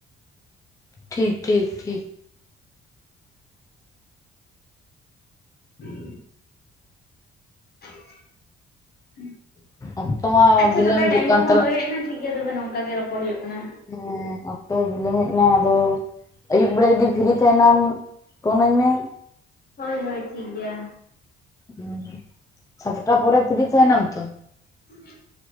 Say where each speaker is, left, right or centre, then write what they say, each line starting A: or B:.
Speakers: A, on the left (about 15°); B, on the left (about 50°).
A: ᱴᱷᱤᱠ ᱴᱷᱤᱠ ᱴᱷᱤᱠ
B: ᱦᱩᱸ <inaudible>
A: ᱚᱠᱛᱚ ᱢᱟ
B: ᱟᱪᱪᱷᱟ
A: ᱵᱤᱞᱚᱢ
B: ᱛᱚᱵᱮ
A: ᱦᱤᱡᱩᱜ
B: ᱴᱟᱭᱤᱢ
A: ᱠᱟᱱ
B: ᱠᱚᱢᱟ
A: ᱛᱟᱞᱟᱝ
B: ᱦᱳᱭᱦᱮᱡᱮᱲᱟ ᱴᱷᱤᱠᱜᱮᱭᱟ ᱛᱚᱵᱮ ᱱᱚᱝᱠᱟ ᱜᱮ ᱨᱚᱯᱚᱲ ᱦᱩᱭᱩᱜ ᱠᱟᱱᱟ᱾
A: ᱦᱮᱸ ᱚᱠᱛᱚ ᱦᱚ ᱵᱤᱞᱚᱢ ᱦᱮᱡ ᱱᱟ, ᱟᱫᱚ ᱟᱹᱭᱩᱵ ᱵᱮᱲᱟ ᱡᱚᱫᱤ ᱯᱷᱤᱨᱤ ᱛᱮᱦᱮᱱᱟᱢ ᱯᱷᱳᱱ ᱟᱹᱧᱢᱮ᱾
B: ᱦᱳᱭ ᱦᱳᱭ ᱴᱷᱤᱠ ᱜᱮᱭᱟ᱾
A: ᱦᱸ ᱥᱟᱛᱴᱟ ᱯᱚᱨᱮ ᱯᱷᱤᱨᱤ ᱛᱟᱦᱮᱱᱟᱢ ᱛᱚ?
B: <inaudible>